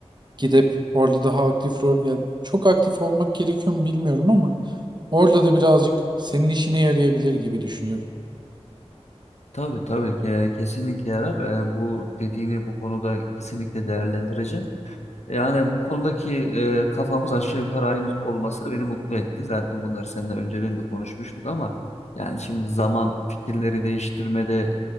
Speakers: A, on the right (about 40°); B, on the left (about 80°).
A: gidip orada daha aktif rol ya çok aktif olmak gerekiyor mu bilmiyorum ama orada da birazcık senin işine yarayabilir gibi düşünüyorum.
B: tabii tabii ki kesinlikle yarar. E, bu dediğini bu konuda kesinlikle değerlendireceğim. Yani bu konudaki e, kafamız aşağı yukarı aynı olması beni mutlu etti. Zaten bunları seninle önceden de konuşmuştuk ama yani şimdi zaman fikirleri değiştirmede